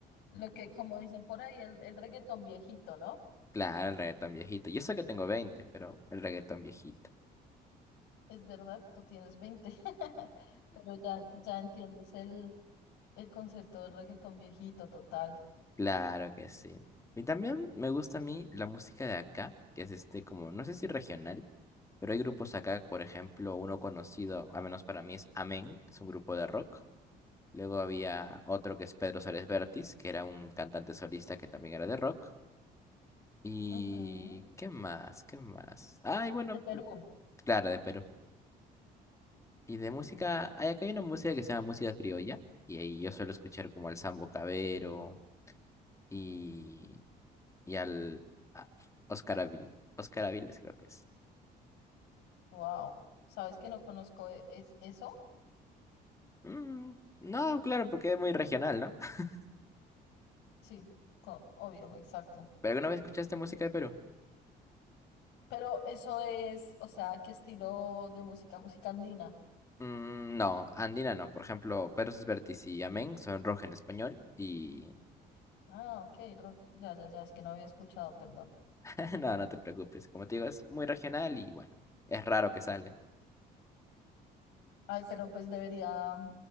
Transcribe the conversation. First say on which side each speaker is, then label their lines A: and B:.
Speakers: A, on the left; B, on the left.
A: Lo que, como dicen por ahí, el, el reggaetón viejito, ¿no?
B: Claro, el reggaetón viejito. Yo sé que tengo veinte, pero el reggaetón viejito.
A: Es verdad, tú tienes 20 <laughs> pero ya, ya entiendes el el concepto del reggaetón viejito, total.
B: Claro que sí. Y también me gusta a mí la música de acá, que es este como, no sé si regional, pero hay grupos acá, por ejemplo, uno conocido, al menos para mí es Amén, es un grupo de rock. Luego había otro que es Pedro Suárez Vértiz, que era un cantante solista que también era de rock. ¿Y
A: Ujú.
B: qué más? ¿Qué más? Ay, bueno,
A: De Perú.
B: claro, de Perú. Y de música, hay acá hay una música que se llama música criolla. Y ahí yo suelo escuchar como al Sambo Cabero y, y al a- Oscar Avil, Oscar Aviles, creo que es.
A: Wow. ¿Sabes que no conozco e- es eso?
B: Mm, no, claro, porque es muy regional, ¿no? <laughs>
A: Sí, co- obvio, exacto.
B: ¿Pero alguna vez escuchaste música de Perú?
A: Pero eso es, o sea, ¿qué estilo de música? Música andina.
B: Mm, no, andina no. Por ejemplo, Perros Vertis y Amén son rock en español y
A: Ah, ok, rock. Ya, ya, ya, es que no había escuchado, perdón.
B: <laughs> No, no te preocupes. Como te digo, es muy regional y bueno, es raro que salga.
A: Ay, pero pues debería,